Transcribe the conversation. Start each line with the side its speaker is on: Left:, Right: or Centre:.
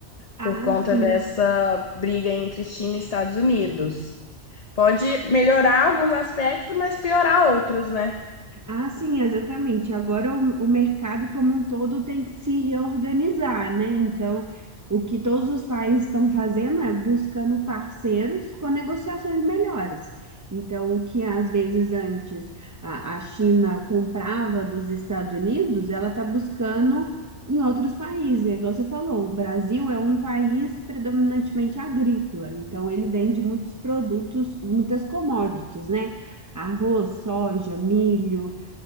Right: Ah,
Left: por conta
Right: sim.
Left: dessa briga entre China e Estados Unidos. Pode melhorar alguns aspectos, mas piorar outros, né?
Right: Ah, sim, exatamente. Agora o, o mercado como um todo tem que se reorganizar, né? Então, o que todos os países estão fazendo é buscando parceiros com negociações melhores. Então, o que às vezes antes a, a China comprava dos Estados Unidos, ela está buscando em outros países. É igual você falou, o Brasil é um país predominantemente agrícola, então ele vende muitos produtos, muitas commodities, né? Arroz, soja, milho